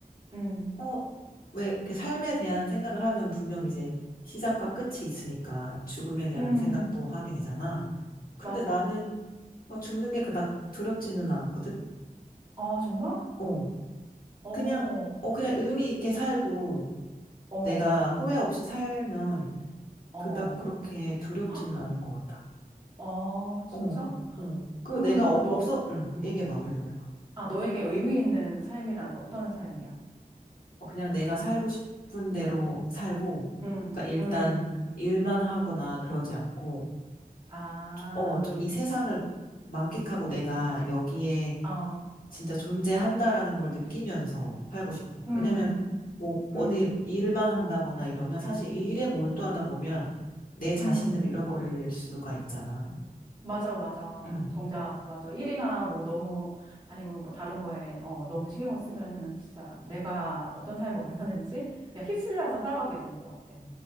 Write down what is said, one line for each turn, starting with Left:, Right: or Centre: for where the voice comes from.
Right: 음,
Left: 어, 왜 이렇게 삶에 대한 생각을 하면 분명 이제 시작과 끝이 있으니까 죽음에 대한
Right: 음,
Left: 생각도 하게 되잖아. 근데
Right: 맞아.
Left: 나는 어, 죽는 게 그닥 두렵지는 않거든?
Right: 아, 정말?
Left: 어,
Right: 어,
Left: 그냥, 어, 그냥 의미 있게 살고,
Right: 어,
Left: 내가 후회 없이 살면
Right: 어.
Left: 그닥 그렇게 두렵지는
Right: 헉,
Left: 않을 것 같아.
Right: 아, 진짜?
Left: 어, 어. 그리고
Right: 그러면은
Left: 내가 어,
Right: 너,
Left: 없어, 응,
Right: 음,
Left: 얘기해봐, 얘기해봐.
Right: 아, 너에게 의미 있는 삶이란 어떤 삶이야?
Left: 어, 그냥 내가 살고 싶은 대로 살고,
Right: 음,
Left: 그러니까 일단
Right: 음,
Left: 일만 하거나 그러지 않고,
Right: 아,
Left: 좀- 어, 좀 이 세상을 만끽하고 내가 여기에
Right: 어.
Left: 진짜 존재한다라는 걸 느끼면서 살고 싶어.
Right: 음,
Left: 왜냐면, 뭐, 어디
Right: 음,
Left: 일만 한다거나 이러면 사실 일에 몰두하다 보면 내 자신을
Right: 음.
Left: 잃어버릴 수가 있잖아.
Right: 맞아, 맞아.
Left: 응.
Right: 정작, 맞아. 일이나 뭐 너무, 아니면 뭐 다른 거에, 어, 너무 신경을 쓰면은 진짜 내가 어떤 삶을 원하는지 그냥 휩쓸려서 살아가게 되는 것 같아.